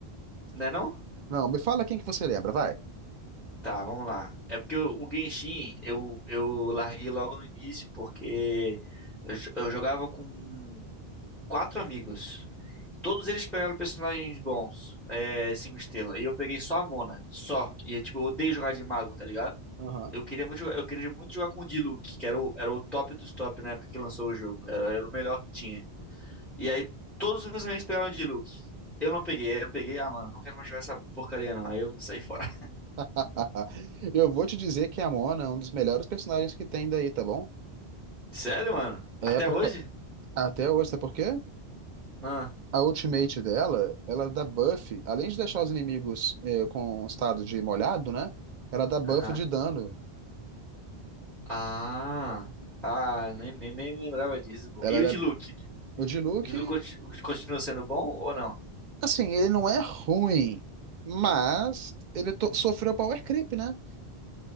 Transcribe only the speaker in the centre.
Não é não?
Tá, vamos lá. É porque o o Genshin eu, eu larguei logo no início porque eu, jo- eu jogava com quatro amigos. Todos eles pegaram personagens bons, é, cinco estrelas. E eu peguei só a Mona, só. E tipo, eu odeio jogar de mago, tá ligado?
Eu queria muito jogar, eu queria muito jogar com o Diluc, que era o, era o top dos top na época que lançou o jogo. Era, era o melhor que tinha. E aí todos os meus amigos pegaram de Luke. Eu não peguei, aí eu peguei, ah, mano, não quero mais jogar essa porcaria não. Aí eu saí fora.
<laughs> Sério, mano?
Até
hoje?
Ah,
aham.
Ah, ah, nem, nem, nem lembrava disso, pô.
E
o de Luke?
O de Luke conti- continua sendo bom ou não?